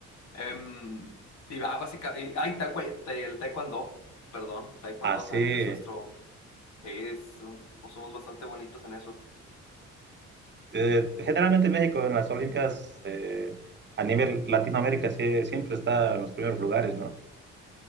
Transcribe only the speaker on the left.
Em, y ah, básicamente, ay, taecwe- te- el taekwondo, perdón, taekwondo
también es nuestro, sí, es- somos bastante bonitos en eso.